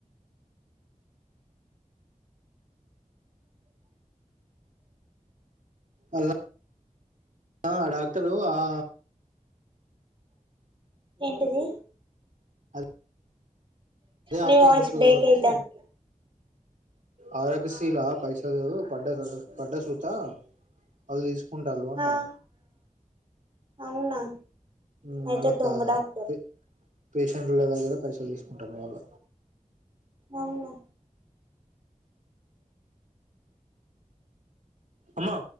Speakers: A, on the right; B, on the right.
A: అలా ఆ డాక్టర్ ఆ
B: ఏంటిది
A: అద్ అదే హాస్పిటలో
B: నీ వాయిస్
A: ఉంటరు
B: బ్రేక్
A: కాబట్టి
B: అయితాంది
A: ఆరోగ్యశీలా పైసలు పడ్డ పడ్డసూతా అల్ తీస్ కుంటాలు అంటన
B: ఆ అవునా
A: మ్
B: అయితే
A: మల్లకా
B: దొంగ డాక్టర్
A: ప్ పేషెంట్ ల దగ్గర పైసలు తీసుకుంటాళ్ళు మళ్ళ
B: అవునా
A: అమ్మ